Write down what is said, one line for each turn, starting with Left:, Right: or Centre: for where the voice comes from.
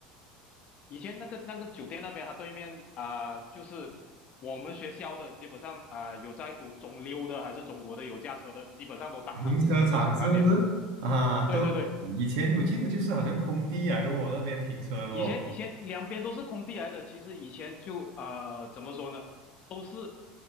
Left: 以前那个那个酒店那边，他对面啊、呃就是我们学校的基本上啊、呃有在读中六的还是中国的有驾车的，基本上都当它是停车场那边。
Right: 停车场是不是？啊，都以前我记得就是好像空地来的哦，
Left: 对对对，
Right: 我那边停车哦。
Left: 以前以前两边都是空地来的，其实以前就呃怎么说呢，都是